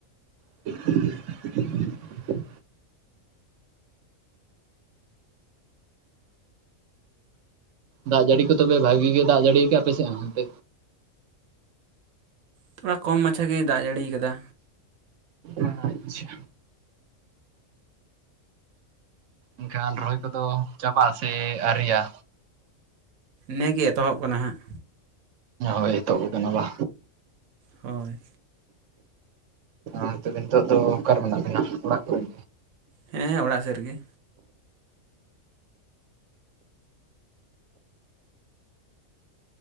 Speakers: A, on the right; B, on the right.
A: <unintelligible> ᱫᱟᱜ ᱡᱟᱹᱲᱤ ᱠᱚ ᱛᱚᱵᱮ ᱵᱷᱟᱜᱤ ᱜᱮ ᱫᱟᱜ ᱡᱟᱹᱲᱤ ᱭᱟᱠᱟᱜᱼᱟ ᱟᱯᱮᱥᱮᱫ ᱦᱚᱸ ᱦᱟᱱᱛᱮ
B: ᱛᱷᱚᱲᱟ ᱠᱚᱢ ᱢᱟᱪᱷᱟ ᱜᱮᱭ ᱫᱟᱜ ᱡᱟᱹᱲᱤ ᱭᱟᱠᱟᱫᱟ᱾
A: ᱟᱪᱪᱷᱟ ᱮᱱᱠᱷᱟᱸ ᱧᱤᱛᱚᱜ ᱫᱚ ᱪᱟᱵᱟᱜ ᱥᱮ ᱟᱹᱭᱨᱤᱭᱟ?
B: ᱱᱮ ᱜᱮ ᱮᱛᱚᱦᱚᱵ ᱠᱟᱱᱟ ᱦᱟᱸᱜ᱾
A: ᱦᱳᱭ ᱮᱛᱚᱦᱚᱵ ᱠᱟᱱᱟ ᱵᱟ᱾
B: ᱦᱳᱭ᱾
A: ᱚᱸ ᱛᱚᱵᱮ ᱱᱤᱛᱚᱜ ᱫᱚ ᱚᱠᱟᱨᱮ ᱢᱮᱱᱟᱜ ᱵᱤᱱᱟ ᱚᱲᱟᱜ ᱠᱚᱨᱮ?
B: ᱦᱮᱸ ᱚᱲᱟᱜ ᱥᱮᱜ ᱨᱮᱜᱮ᱾